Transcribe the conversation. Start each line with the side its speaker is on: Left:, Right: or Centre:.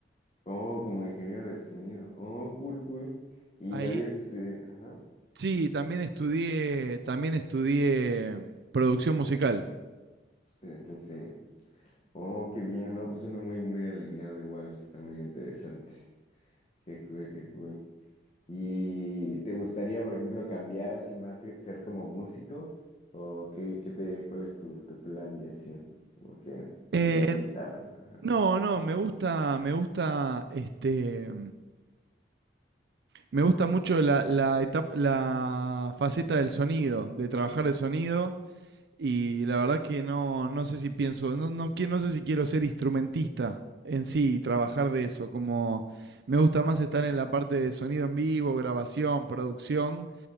Left: Oh, como ingeniero de sonido. Oh, cool, cool. Y
Right: Ahí,
Left: habías estudiado, ajá.
Right: sí, también estudié, también estudié producción musical.
Left: Sí, pues sí. Oh, qué bien, ¿no? Pues uno muy, muy alineado igual. Está muy interesante. Qué cool, qué cool. ¿Y te gustaría, por ejemplo, cambiar así más, se- ser como músico? ¿O qué, qué te, cuál es tu, tu plan y así? Porque estudiando
Right: Eh,
Left: guitarra. Ajá.
Right: No, no, me gusta, me gusta, este, me gusta mucho la, la etapa, la faceta del sonido, de trabajar el sonido, y la verdad que no, no sé si pienso, no, no, qui- no sé si quiero ser instrumentista en sí y trabajar de eso, como me gusta más estar en la parte de sonido en vivo, grabación, producción,